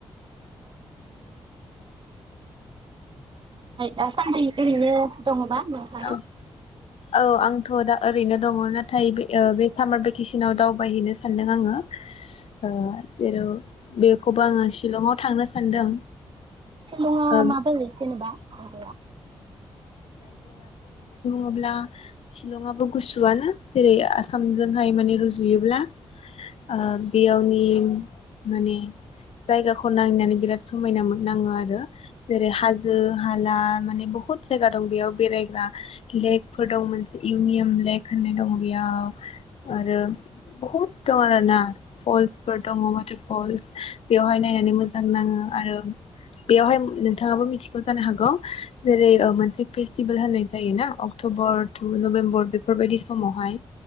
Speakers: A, on the right; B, on the left.
A: दासान्दि ओरैनो। दङोबा नंथां।
B: औ औ आंथ' दा ओरैनो दङ नाथाय बे ओ बे सामार भेकेसनाव दावबायहैनो सानदों आङो आ जेर' बेखौबो आङो शिलंआव थांनो सानदों।
A: सिलङा
B: ओ
A: माबोरै जेनेबा जायगाया
B: अब्ला शिलंआबो गुसुआनो जेरै आसामजोंहाय माने रुजुयोब्ला आ बेयावनि माने जायगाखौ नायनानै बिराद समायना मोन नाङो आरो जेरै हाजो हाला माने बहुत जायगा दं बेयाव बेरायग्रा लेकफोर दं मोन इउमियाम लेक होननाय दं बेयाव आरो बहुद दं आरोना फलसफोर दङ माथ फलस बेयावहाय नायनानै मोजां नाङो आरो बेयावहाय नोंथाङाबो मिथिगौ जानो हागौ जेरै मोनसे फेस्टिभेल होननाय जायोना अक्ट'बर टु नभेम्बर बेफोरबायदि समावहाय